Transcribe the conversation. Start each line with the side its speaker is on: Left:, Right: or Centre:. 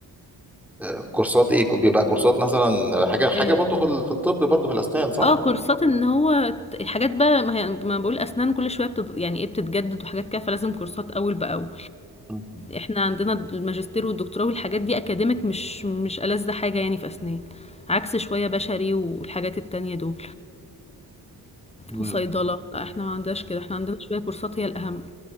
Centre: آه، كورسات إيه بيبقى كورسات مثلا حاجة حاجة
Left: آآ،
Centre: برضه في ال- في الطب برضه في الأسنان صح؟
Left: آه، كورسات إن هو ت حاجات بقى ما هي ما أنا باقول أسنان كل شوية بتت يعني إيه، بتتجدد وحاجات كده، فلازم كورسات أول بأول.
Centre: مم.
Left: احنا عندنا الماجستير والدكتوراه والحاجات دي اكاديميك مش مش ألذ حاجة يعني في اسنان عكس شوية بشري والحاجات التانية دول
Centre: مم.
Left: وصيدلة لا احنا ما عندناش كده احنا عندنا شوية كورسات هي الأهم